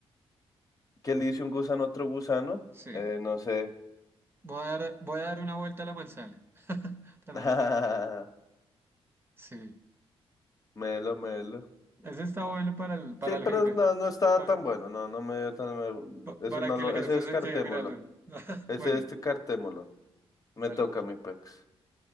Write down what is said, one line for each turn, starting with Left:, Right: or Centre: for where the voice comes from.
Left: ¿Qué le dice un gusano a otro gusano?
Right: Sí,
Left: Eh, no sé.
Right: voy a dar, voy a dar una vuelta a la manzana. <laughs> tan
Left: <laughs>
Right: verga. <laughs> Sí.
Left: Melo, melo.
Right: Ese está bueno para el, para
Left: Sí,
Right: el
Left: pero
Right: jefe.
Left: no, no estaba
Right: Pa-
Left: tan bueno. No, no me dio tan. me-
Right: pa- Para,
Left: Ese no
Right: que
Left: lo.
Right: el jefe
Left: Ese descartémoslo.
Right: se quede, míralo. <laughs>
Left: Ese
Right: Bueno,
Left: descartémoslo. Me
Right: dale.
Left: toca mi pex.